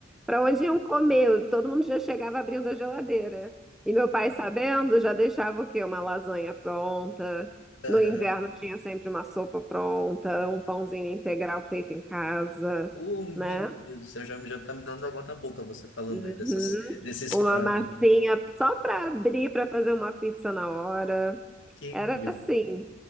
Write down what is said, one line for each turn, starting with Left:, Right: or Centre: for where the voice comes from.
Centre: para onde iam comer. Todo mundo já chegava abrindo a geladeira. E meu pai, sabendo, já deixava o quê? Uma lasanha pronta.
Left: Aham.
Centre: No inverno tinha sempre uma sopa pronta, um pãozinho integral feito em casa,
Left: Oh, meu
Centre: né?
Left: Deus do céu, já, já tá me dando água na boca você falando
Centre: Uhum.
Left: aí dessas, desses
Centre: Uma
Left: pratos.
Centre: massinha
Left: né?
Centre: só para abrir, para fazer uma pizza na hora.
Left: Que
Centre: Era
Left: coisa.
Centre: assim. O